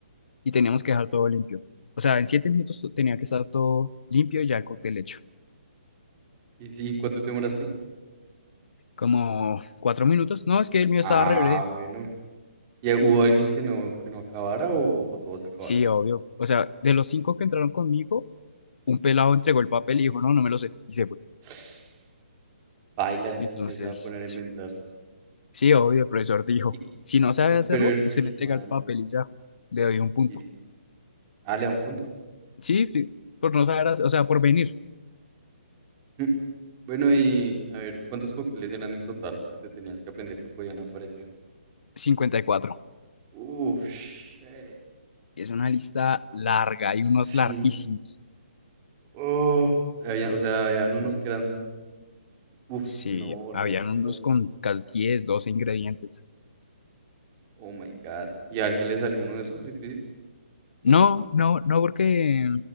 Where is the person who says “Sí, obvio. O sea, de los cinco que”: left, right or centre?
Left